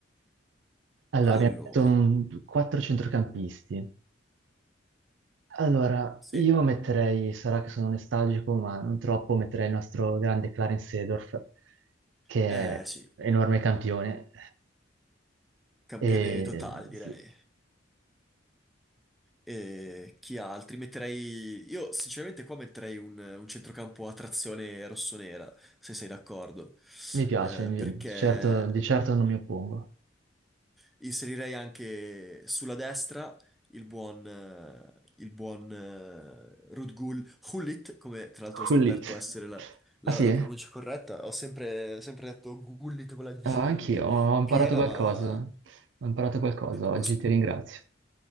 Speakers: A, on the right; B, in the centre.
A: Allora, abbiamo
B: Allora,
A: detto un- quattro centrocampisti. Allora,
B: sì,
A: io metterei, sarà che sono nostalgico, ma non troppo, metterei il nostro grande Clarence Seedorf, che
B: eh
A: è
B: sì,
A: enorme campione.
B: campione
A: E
B: totale direi.
A: sì,
B: E chi altri? Metterei. Io sinceramente qua metterei un, un centrocampo a trazione rossonera, se sei d'accordo.
A: mi piace,
B: Eh,
A: mi-
B: perché
A: certo- di certo non mi oppongo.
B: Inserirei anche sulla destra il buon, eh, il buon eh, Rudgul Hullit, come tra l'altro
A: Hullit.
B: ho scoperto essere la, la-
A: Ah sì?
B: la pronuncia corretta. Ho sempre, sempre detto Gullit con la G
A: Ah, anch'io, ho imparato
B: piena,
A: qualcosa.
B: ma
A: Ho imparato qualcosa oggi,
B: ho,
A: ti ringrazio.